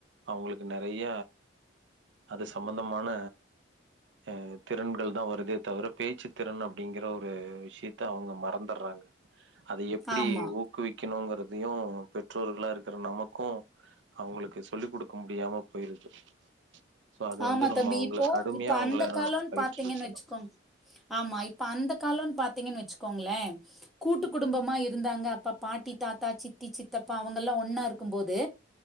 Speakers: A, on the right (about 70°); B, in the centre.
A: அவங்களுக்கு நிறைய அது சம்பந்தமான அ திறன்கள் தான் வருதே தவிர பேச்சு திறன் அப்படிங்கிற ஒரு விஷயத்தை த அவங்க மறந்துடுறாங்க அத எப்படி
B: ஆமா
A: ஊக்குவிக் க்கணுங்கிறதையும் பெற்றோர்களா இருக்கிற நமக்கும் அவங்களுக்கு சொல்லிக் கொடுக்க முடியாம போயிருது சோ அது
B: ஆமா
A: வந்து நம்ம
B: தம்பி
A: அவங்கள
B: இப்போ
A: கடுமையா
B: இப்ப
A: அவங்கள
B: அந்த காலம்னு
A: நம்ம பயிற்றுவிக்கணு
B: பாத்தீங்கன்னு வச்சுக்கோங்க ஆமா இப்ப அந்த காலன்னு பாத்தீங்கன்னு வச்சுக்கோங்களே கூட்டு குடும்பமா இருந்தாங்க அப்பா பாட்டி தாத்தா சித்தி சித்தப்பா அவங்க எல்லாம் ஒன்னா இருக்கும்போது